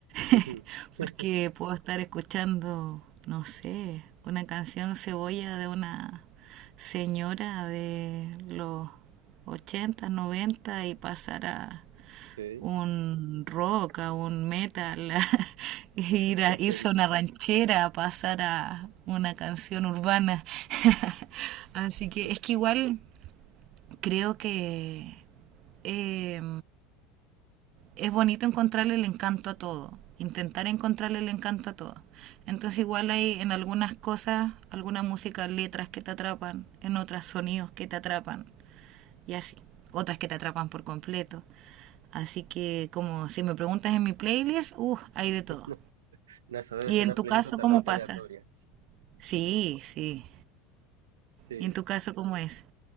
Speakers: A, on the right; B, on the right.
A: Ujú.
B: <laughs>
A: <laughs>
B: Porque puedo estar escuchando, no sé, una canción cebolla de una señora de los ochenta noventa y pasar a
A: Okay,
B: un rock, a un metal, a <laughs> ir a,
A: okay.
B: irse a una ranchera, a pasar a una canción urbana. <laughs> Así que
A: Pues,
B: es que igual creo que eh, es bonito encontrarle el encanto a todo, intentar encontrarle el encanto a todo. Entonces igual hay en algunas cosas, alguna música, letras que te atrapan, en otras sonidos que te atrapan y así. Otras que te atrapan por completo. Así que como si me preguntas en mi playlist, uh, hay de todo.
A: no, no, eso debe
B: ¿Y
A: ser
B: en
A: una
B: tu
A: playlist
B: caso
A: totalmente
B: cómo pasa?
A: aleatoria.
B: Sí, sí.
A: Sí.
B: ¿Y en tu caso cómo es?